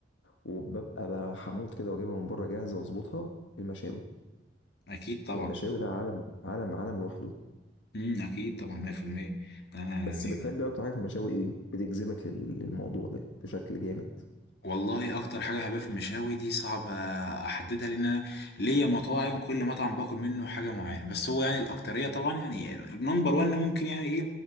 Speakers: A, on the left; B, on the left.
A: وببقى حموض كده واجيبها من بره جاهزه واظبطها المشاوي
B: اكيد طبعا
A: المشاوي ده عالم عالم عالم لوحده
B: امم اكيد طبعا 100% انا
A: بس
B: يعني
A: بتحبي اكتر حاجه في المشاوي ايه بتجذبك لل- للموضوع ده بشكل جامد
B: والله اكتر حاجه بحبها في المشاوي دي صعب احددها لان انا ليا مطاعم كل مطعم باكل منه حاجه معينه بس هو يعني الاكتريه طبعا يعني نمبر 1 ممكن يعني ايه